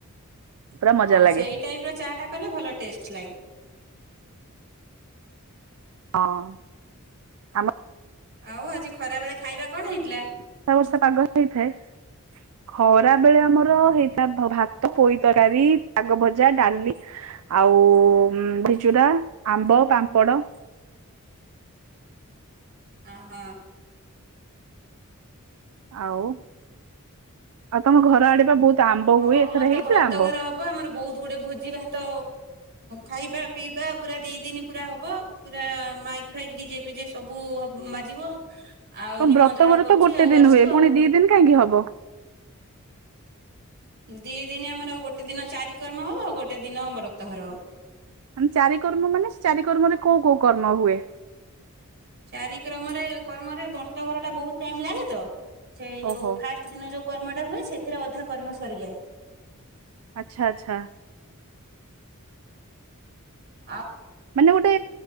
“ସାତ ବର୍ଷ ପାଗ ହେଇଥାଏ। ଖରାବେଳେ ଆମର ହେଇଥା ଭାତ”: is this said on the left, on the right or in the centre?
Right